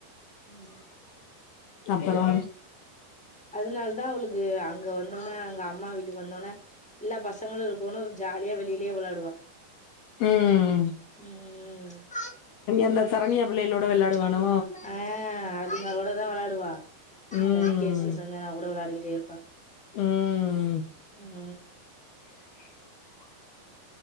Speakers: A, in the centre; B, on the left.
A: உம்
B: அப்புறோ
A: அதனாலதா அவளுக் கு அங்க வந்தோன்னே அவங்க அம்மா வீட்டுக்கு வந்தோன்னே எல்லா பசங்களு இருக்கவுனு ஜாலியா வெளிய ட்லயே விளையாடுவா
B: உம்
A: உம்
B: அந்த சரண்யா பிள்ளைகளோட வெளாடுவானோ?
A: உம் ஆ அதுங்ககூடதா வெளையாடுவா
B: ம்,
A: இந்த முகேஷ் சஞ்சனா கூட வெளையாடி கேப்பா
B: உம்
A: உம்
B: <inaudible>